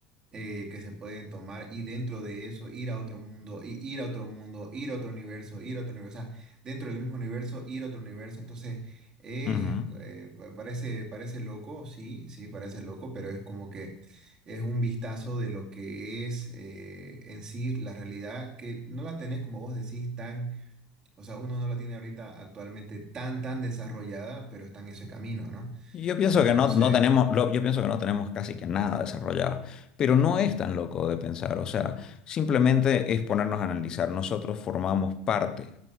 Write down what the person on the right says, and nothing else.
eh, que se pueden tomar y dentro de eso ir a otro mundo, y ir a otro mundo, ir a otro universo, ir a otro universo, o sea, dentro del mismo universo, ir a otro universo. Entonces, eh,
eh, pa- parece, parece loco, sí, sí, parece loco, pero es como que es un vistazo de lo que es eh, en sí la realidad, que no la tenés, como vos decís, tan, o sea, uno no la tiene ahorita actualmente tan, tan desarrollada, pero está en ese camino, ¿no?
Entonces,